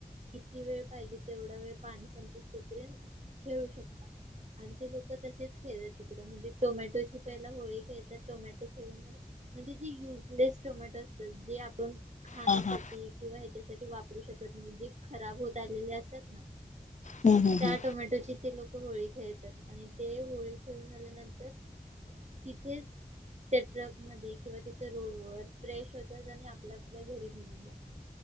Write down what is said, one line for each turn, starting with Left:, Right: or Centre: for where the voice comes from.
Right: किती वेळ पाहिजे तेवढा वेळ पाणी संपूस तोपर्यंत खेळू शकता आणि ते लोक तसेच खेळतात तकड म्हणजे टोमॅटोची पहिला होळी खेळतात टोमॅटो म्हणजे जे युजलेस टोमॅटो असतात जे आपण खाण्यासाठी
Left: हा हा
Right: किंवा हेच्या जे वापरू शकत नाही जे खराब होत आलेले असतात ना
Left: हम्म हम्म
Right: त्या
Left: हम्म
Right: टोमॅटोची ती लोक होळी खेळतात आणि ते होळी खेळून झाल्यानंतर तिथेच त्या ट्रक मध्ये किंवा तिथे रोड वर फ्रेश होतात आणि आपल्या आपल्या घरी निघून जातात.